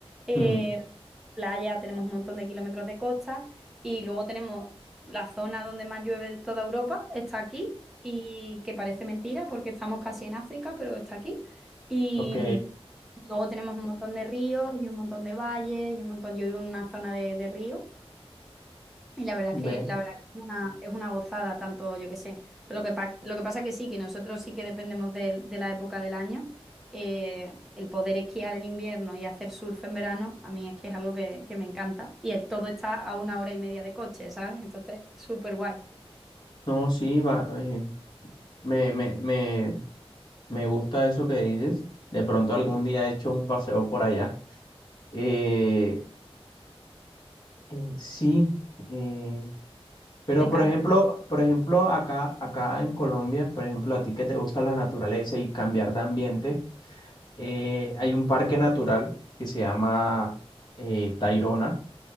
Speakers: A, in the centre; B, on the left.
A: eh,
B: mm,
A: playa, tenemos un montón de kilómetros de costa y luego tenemos la zona donde más llueve de toda Europa, está aquí y que parece mentira porque estamos casi en África, pero está aquí. Y
B: ok,
A: mm, luego tenemos un montón de ríos y un montón de valles y un montón, yo vivo en una zona de, de ríos y la verdad
B: ve.
A: es que la verdad que es una, es una gozada, tanto yo que sé. Pero lo que, pa- lo que pasa que sí, que nosotros sí que dependemos de, de la época del año. Eh, el poder esquiar en invierno y hacer surf en verano, a mí es que es algo que, que me encanta. Y el- todo está a una hora y media de coche, ¿sabes? Entonces, súper guay.
B: No, sí, va, eh, me, me, me, Me gusta eso que dices. De pronto algún día he hecho un paseo por allá. Eh, eh, sí, eh, pero
A: Te encanta.
B: por ejemplo, por ejemplo, acá, acá en Colombia, por ejemplo, a ti que te gusta la naturaleza y cambiar de ambiente, eh, hay un parque natural que se llama eh, Tayrona.